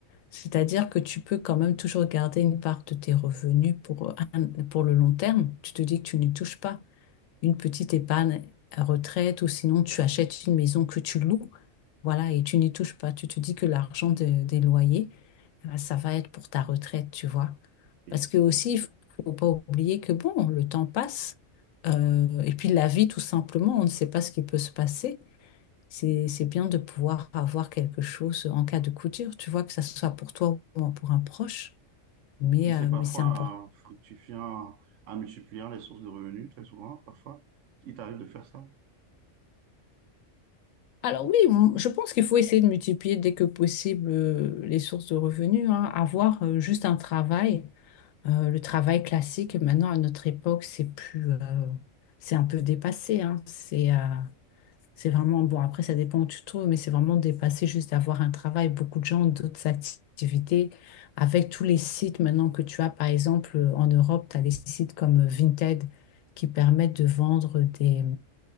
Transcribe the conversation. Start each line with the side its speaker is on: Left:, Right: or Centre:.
Left: C'est-à-dire que tu peux quand même toujours garder une part de tes revenus pour, un- pour le long terme. Tu te dis que tu ne touches pas. une petite épargne à retraite ou sinon tu achètes une maison que tu loues, voilà, et tu n'y touches pas. Tu te dis que l'argent de- des loyers, eh ben, ça va être pour ta retraite, tu vois.
Right: Et,
Left: Parce que aussi, il faut faut pas oublier que bon, le temps passe euh, et puis la vie, tout simplement, on ne sait pas ce qui peut se passer. C'est, c'est bien de pouvoir avoir quelque chose en cas de coup dur, tu vois, que ça soit pour toi ou pour un proche, mais,
Right: et c'est
Left: euh,
Right: parfois
Left: mais c'est important
Right: en fructifiant, en multipliant les sources de revenus, très souvent, parfois, il t'arrive de faire ça.
Left: Alors oui, m- je pense qu'il faut essayer de multiplier dès que possible euh, les sources de revenus, hein. Avoir euh, juste un travail, euh, le travail classique, maintenant à notre époque, c'est plus, euh, c'est un peu dépassé, hein. C'est euh, c'est vraiment, bon après ça dépend où tu te trouves, mais c'est vraiment dépassé juste d'avoir un travail. Beaucoup de gens ont d'autres activités avec tous les sites maintenant que tu as, par exemple euh, en Europe, tu as des sites comme euh, Vinted qui permettent de vendre des